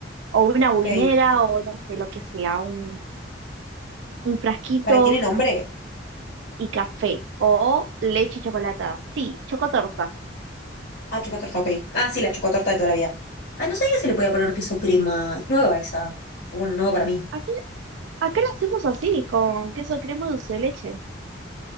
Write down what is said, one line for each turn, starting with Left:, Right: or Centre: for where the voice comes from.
Right: O una
Left: Ok.
Right: buinera o no sé, lo que sea, un, un frasquito
Left: ¿Para tiene nombre?
Right: y café o leche chocolatada. Sí, chocotorta.
Left: Ah, chocotorta, ok. Ah, sí, la chocotorta de toda la vida. Ah, no sabía que se le podía poner queso crema. Es nueva esa. Bueno, nueva para mí.
Right: Aquí, acá lo hacemos así, con queso crema dulce de leche.